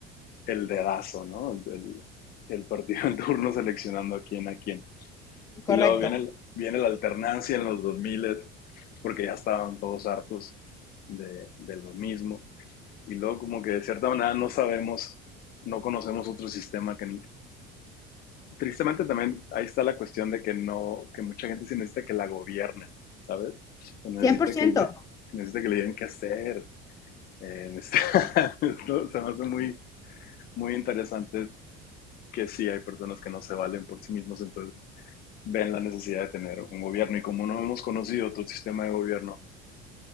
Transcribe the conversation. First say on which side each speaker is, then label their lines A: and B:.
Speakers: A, on the left; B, on the left.
A: el dedazo, ¿no? El, el partido en turno seleccionando a quién a quién.
B: Correcto.
A: Y luego viene, el, viene la alternancia en los 2000, porque ya estaban todos hartos de, de lo mismo. Y luego como que de cierta manera no sabemos, no conocemos otro sistema que tristemente también ahí está la cuestión de que no, que mucha gente sí necesita que la gobiernen, ¿sabes? O necesita
B: cien por
A: que
B: ciento
A: le, necesita que le digan qué hacer. Eh, necesita- <laughs> esto se me hace muy, muy interesante que sí hay personas que no se valen por sí mismos, entonces ven la necesidad de tener un gobierno. Y como no hemos conocido todo el sistema de gobierno,